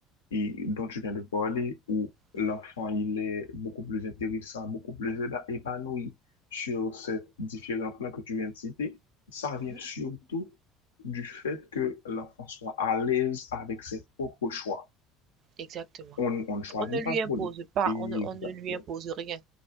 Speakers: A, on the left; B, on the right.
A: et dont tu viens de parler, où l'enfant
B: Mhm,
A: il est beaucoup plus intéressant, beaucoup plus épa- épanoui sur ces différents plans que tu viens de citer, ça
B: mhm,
A: vient surtout du fait que l'enfant soit à l'aise avec ses propres choix.
B: exactement.
A: On, on ne choisit
B: On ne
A: pas
B: lui impose
A: pour lui.
B: pas,
A: Exactement.
B: on ne, on ne lui impose rien.